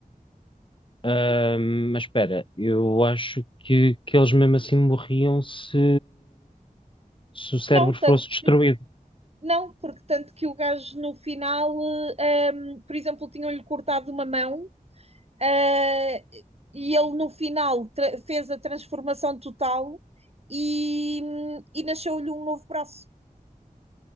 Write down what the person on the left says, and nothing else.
Ah, mas espera, eu acho que, que eles mesmo assim morriam se, se o cérebro
fosse destruído.